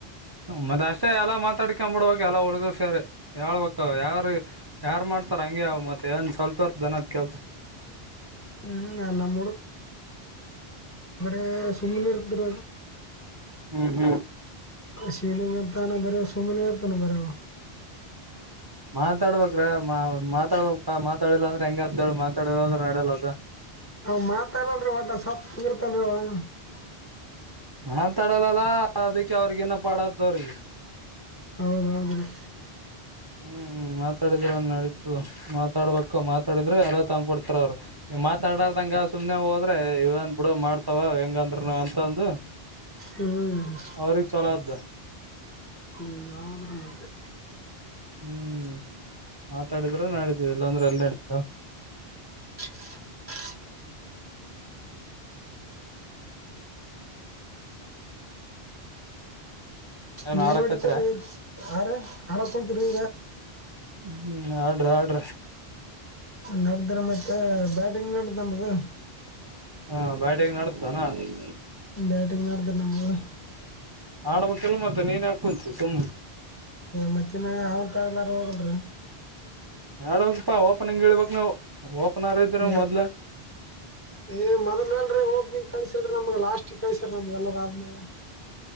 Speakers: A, on the right (about 30°); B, on the left (about 15°).
A: ಮತ ಅಷ್ಟೇ ಅಲ್ಲ ಕ ಬಿಡ್ಬೇಕ ಎಲ್ಲಾ ಹುಡುಗಲ್ ಸರಿ ಹೇಳ್ಬೇಕ ಯಾರ ಯಾರ್ ಮಾಡ್ತಾರ ಹಂಗೆ ಮತ್ತೆ ಏನ್ ಸ್ವಲ್ಪ ಇರ್ತದೆನಾ ಕೆಲ್ಸ
B: ಹ್ಮ್ ನಮ್ ಹೇ ಸುಮ್ಮ ನಿರ್ತರ
A: ಹ್ಮ್ ಹ್ಮ್
B: ಶಿವಲಿಂಗ ಅಂತಾನ ಬರ ಸುಮನೆ ಇರ್ತಾನ ಬರ
A: ಮಾತಾಡ್ಬೇಕ್ರ ಮಾ ಮಾತಾಡ್ಬೇಕ ಮಾತಾಡಿಲ್ಲ ಅಂದ್ರೆ ಹೆಂಗ ಆತೇಳ ಮಾತಾಡಿಲ್ಲ ಅಂದ್ರೆ ನಡಲ್ಲ ಅದ
B: ಅವ ಮಾತಾಡಲ್ರಿ ಒಟ್ಟ <unintelligible>
A: ಮಾತಾಡಲ್ಲಲ್ಲ ಅದಕ್ಕೆ ಅವ್ರಿಗನ ಪಾಡ್ದವ್ರಿಗೆ
B: ಹೌದೌದು ರಿ
A: ಹ್ಮ್ ಮಾತಾಡಿದ್ರ ನಡೀತು ಮಾತಾಡ್ಬೇಕ ಮಾತಾಡಿದ್ರೆ ಅರ ತಂದ ಕೊಡ್ತಾರ ಅವ್ರು ಮಾತಾಡಾರ್ದಂಗ ಸುಮನೆ ಹೋದ್ರೆ ಇವನ್ ಬಿಡು ಮಾಡ್ತಾವ ಹೆಂಗಂದ್ರುನು ಅಂತಂದು
B: ಹ್ಮ್
A: ಅವ್ರಗ ಚೊಲೋ ಆತ
B: ಹ್ಮ ಯಾವುದ್ರ ಮತ್ತೆ
A: ಹ್ಮ್ ಮಾತಾಡಿದ್ರೆ ನಡತದ ಇಲ್ಲಾಂದ್ರೆ ಅಲ್ಲಿ ನಡತದ
B: <inaudible>
A: ಏನ್
B: ಮೇಲ್ವಾಡಿತರಿ
A: ಆಡಕತ್ರ
B: ಆರಿ ಆ ಈಗ ರೀ
A: ಹ್ಮ್ ಆಡ್ರಿ ಆಡ್ರಿ
B: ನಡದ್ರೆ ಮತ್ತೆ ಬ್ಯಾಟಿಂಗ್ ನಡ್ದನಮದು
A: ಹಾ ಬಾಟಿಂಗ್ ನಡದ ಏನು
B: ಬ್ಯಾಟಿಂಗ್ ನಡದ ರಿ ನಮ್ದು
A: ಆಡ್ಬೇಕ್ಇಲ್ಲ ಮತ್ತೆ ನೀನ್ ಹಾಕ ಕುಂತೀ ಸುಮ್ಮ್ನೆ
B: ಮತ್ತಏನ್ ಹೌನಟ ಆಲರೂ ಹೋಗಲ್ರಿ
A: ಆಡ ಹೋಪಾ ಓಪನಿಂಗ್ ಇಳ್ಬಕ್ ನವು ಓಪನ್ರ ಇದರ
B: ಏ
A: ಮೊದ್ಲ
B: ಏ ಮೊದಲ ಅಲ್ರಿ ಓಪನಿಂಗ್ ಕಳಸಲ್ರಿ ನಮಗ ಲಾಸ್ಟ್ ಕಳಸತಾರ ನಮ್ಗೆ ಎಲ್ಲರ ಆದ್ಮ್ಯಾಗ